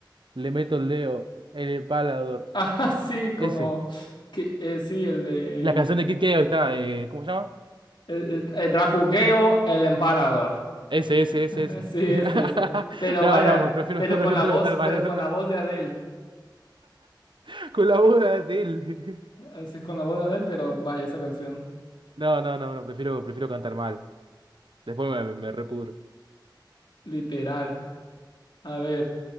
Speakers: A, on the right (about 80°); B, on the left (about 75°).
A: le meto el dedo, en el palador
B: Ajá, sí, como
A: Ese.
B: que eh, sí, el de
A: La canción de Kid Keo está, eh, ¿cómo se llama?
B: el, el Dracugueo, el empalador.
A: Ese, ese,
B: <laughs>
A: ese, ese.
B: Sí, ese,
A: <laughs>
B: ese. Pero
A: No,
B: vaya,
A: no, prefiero,
B: pero
A: <laughs> prefiero
B: con la voz,
A: cantar mal.
B: pero con la voz de Adele.
A: <laughs> Con la voz de él. <laughs>
B: Así con la voz de Adele, pero vaya esa canción.
A: No, no, no, no, prefiero, prefiero cantar mal. Después me, me repudro.
B: Literal. A ver,